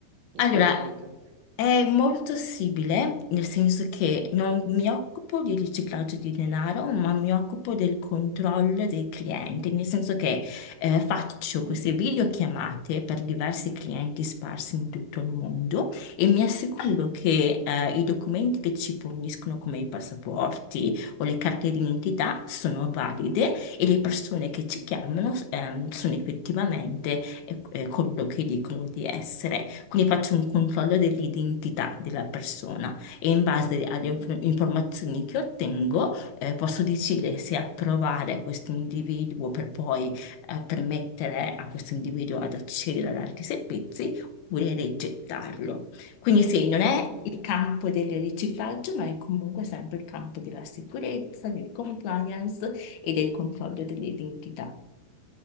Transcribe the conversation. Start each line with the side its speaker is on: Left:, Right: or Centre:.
Right: In
Left: Allora,
Right: che ambito?
Left: è molto simile, nel senso che non mi occupo di riciclaggio di denaro, ma mi occupo del controllo dei clienti, nel senso che eh, faccio
Right: Mm,
Left: queste videochiamate per diversi clienti sparsi in tutto il mondo e mi assicuro
Right: mhm,
Left: che eh, i documenti che ci forniscono, come i passaporti o le carte d'identità, sono valide e le persone che ci chiamano ehm, sono effettivamente eh, eh, coloro che dicono di essere. Quindi faccio un controllo dell'identità della persona e in base alle inf-
Right: mm,
Left: informazioni che ottengo, eh, posso decidere se approvare questo individuo per poi, eh, permettere a questo individuo ad accedere ad altri servizi oppure rigettarlo. Quindi sì, non è
Right: mm.
Left: il campo del riciclaggio, ma è comunque sempre il campo della sicurezza, del compliance e del controllo dell'identità.